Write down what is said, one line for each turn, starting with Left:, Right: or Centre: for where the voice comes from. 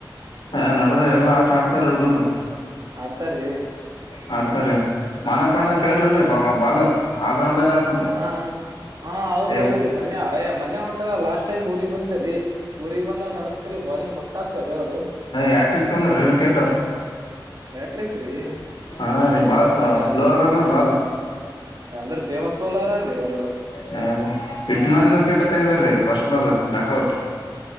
Left: ಹ ನಡದ ಎಲ್ಲಾ ಆಟ ಆಡ್ತಾರ ಹುಡುಗರು
Right: ಆಡ್ತಾರ್ರಿ
Left: ಮಾಡಡ್ತಾರೀ ಮನಪಣ ಕೇಳಿಲ್ರರಿ ಬಾಲರ್ ಆಲ್ರೌಂಡರ್ ನೋಡ್ರಿ
Right: ಹಾ ಹಾ ಹೌದ್ರಿ
Left: ಏ
Right: ಹೌದ್ರಿ ಮನ್ಯ ಮೊನ್ಯ ಒಂದ್ಸಲ ಲಾಸ್ಟ್ ಟೈಮ್ ಊರಿಗೆ ಬಂದ್ರಿ ಊರಿಗೆ ಬಂದ ನಡತ್ರಿ ಬಾಲಿಂಗ್ ಮಸ್ತ್ ಆಗ್ತಾರೀ ಅವ್ರ
Left: ಯಾಟ್ರಿಕ್ ತೊಂದ್ರಿ ವಿಕೆಟ್ ಅವ್ರ
Right: ಎಟ್ರಕ್ ರೀ ಹ
Left: ಹಾ ರೀ ಬಾಲ್ ಸ್ಲೋರ್
Right: ಅಂದ್ರ
Left: ಬಾಲ್
Right: ಅಂದ್ರ ೇಮಸ್ ಬೌಲರರೀ ಅವ
Left: ಯೋ ಇಟ್ನ್ ಕೇಟ ತೆಗದಾರ್ರೀ ಫಸ್ಟ್ ಬಾಲ್ ಡಾಕ್ಔಟ್